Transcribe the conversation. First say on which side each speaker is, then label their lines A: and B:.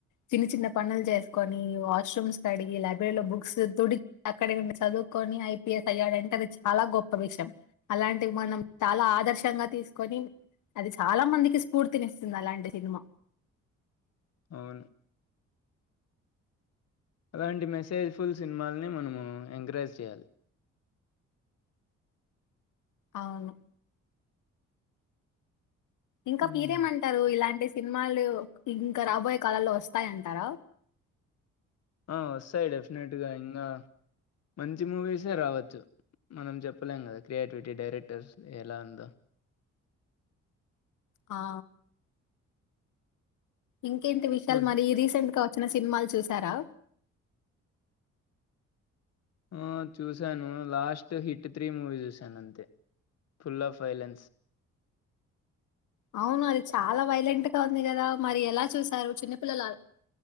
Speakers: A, on the left; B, on the left.
A: చిన్న చిన్న పనులు చేసుకొని వాష్రూమ్స్ కడిగి లైబ్రరీలో బుక్స్ తుడి అక్కడే ఉండి చదువుకొని ఐపీఎస్ అయ్యాడు అంటే అది చాలా గొప్ప విషయం అలాం టి మనం చాలా ఆదర్శంగా తీసుకొని అది చాలా మందికి స్ఫూర్తిని ఇస్తుంది అలాంటి సినిమా
B: అవును అలాంటి మెసేజ్ ఫుల్ సినిమాలని మనము ఎంకరేజ్ చేయాలి
A: అవును ఇంకా
B: హ్మ్.
A: పీరేమంటారు ఇలాంటిస్ సినిమాలు ఇంకా రాబోయే కాలల్లో వస్తాయంటారా
B: ఆ వస్తాయి డెఫినెట్గా ఇంగా మంచి మూవీసే రావచ్చు మనం చెప్పలేం గదా క్రియేటివిటీ డైరెక్టర్స్ ఎలా ఉందో
A: హా ఇంకేంటి విషయాలు
B: ఇప్పుడు
A: మరి రీసెంట్ గా చిన్న సినిమాలు చూసారా
B: ఆ చూసాను లాస్ట్ హిట్ త్రీ మూవీ చూశాను అంతే ఫుల్ ఆఫ్ ఫైలెన్స్
A: అవును అది చాలా వైలెంట్ గా ఉంది కదా మరి ఎలా చూసారు చిన్న పిల్లలు